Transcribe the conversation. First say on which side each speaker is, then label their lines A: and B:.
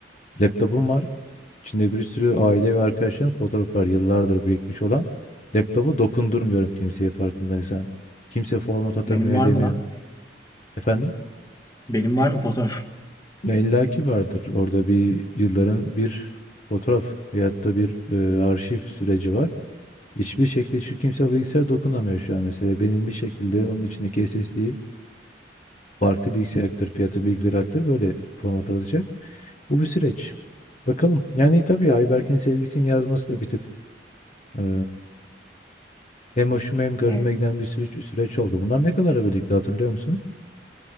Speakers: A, on the left (about 40°); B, on the left (about 20°).
A: laptopum var. İçinde bir sürü aile ve arkadaşlarım fotoğraf var. Yıllardır birikmiş olan. Laptopu dokundurmuyorum kimseye farkındaysan. Kimse format atamıyor
B: Benim var
A: edemiyor.
B: mı lan?
A: Efendim?
B: Benim var mı fotoğraf?
A: Ne illa ki vardır. Orada bir yılların bir fotoğraf veyahut da bir e, arşiv süreci var. Hiçbir şekilde şu kimse bilgisayar dokunamıyor şu an mesela. Benim bir şekilde onun içindeki SSD'yi farklı bilgisayar aktarıp fiyatı bilgileri aktarıp böyle format alacak. Bu bir süreç. Bakalım. Yani tabii Ayberk'in sevgisinin yazması da bir tık eee, hem hoşuma hem garibime
B: Ne?
A: giden bir süreç, süreç oldu. Bunlar ne kadar birlikte hatırlıyor musun?